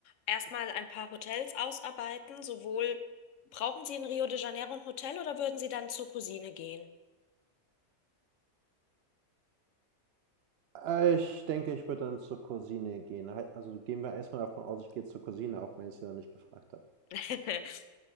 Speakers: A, on the left; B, on the right.
A: erstmal ein paar Hotels ausarbeiten. Sowohl brauchen Sie in Rio de Janeiro ein Hotel oder würden Sie dann zur Cousine gehen?
B: Äh, Ich denke, ich würde dann zur Cousine gehen. Halt- Also gehen wir erstmal davon aus, ich gehe zur Cousine, auch wenn ich sie noch nicht gefragt habe.
A: <laughs>